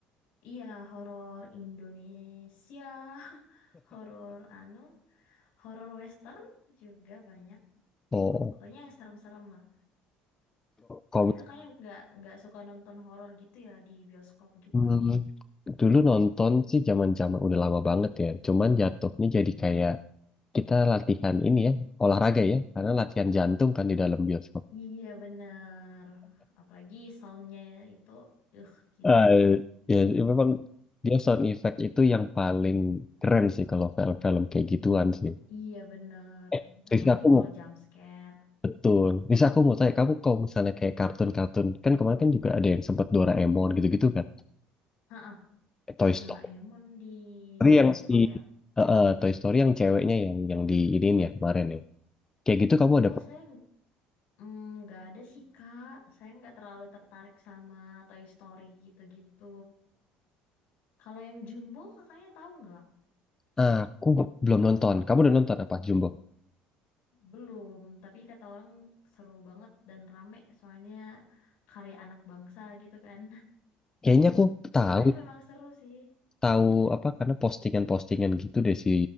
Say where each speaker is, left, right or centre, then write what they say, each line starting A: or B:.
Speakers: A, on the left; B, on the left.
A: Iya, horor Indonesia, <laughs> horor anu, horor Western juga banyak.
B: <laughs> Oh,
A: Pokoknya yang serem-serem lah.
B: kok
A: Tapi kakaknya nggak nggak suka nonton horor gitu ya di bioskop gitu.
B: Hmm, dulu nonton sih zaman-zaman udah lama banget ya. Cuman jatuhnya jadi kayak kita latihan ini ya, olahraga ya, karena latihan jantung kan di dalam bioskop.
A: Iya bener. Apalagi soundnya itu, eh gila
B: Eh,
A: sih.
B: Ya, memang dia sound effect itu yang paling keren sih kalau film-film kayak gituan sih.
A: Iya bener.
B: Eh, Risa
A: Apalagi
B: aku
A: kalau
B: mau
A: jump scare.
B: betul. Risa aku mau tanya kamu kalau misalnya kayak kartun-kartun kan kemarin kan juga ada yang sempet Doraemon gitu-gitu kan.
A: Ha
B: Eh, Toy Story
A: Doraemon di
B: yang
A: bioskop
B: si
A: ya.
B: eh, eh, Toy Story yang ceweknya yang yang di ini ya kemarin ya. Kayak gitu kamu ada
A: Oh saya Mm, nggak ada sih Kak, saya nggak terlalu tertarik sama Toy Story gitu-gitu. Kalau yang Jumbo kakaknya tahu nggak?
B: Aku belum nonton. Kamu udah nonton apa Jumbo?
A: Belum, tapi kata orang seru banget dan rame soalnya karya anak bangsa gitu kan.
B: Kayaknya aku
A: <laughs>
B: tahu
A: Katanya memang seru sih.
B: tahu apa karena postingan-postingan gitu deh si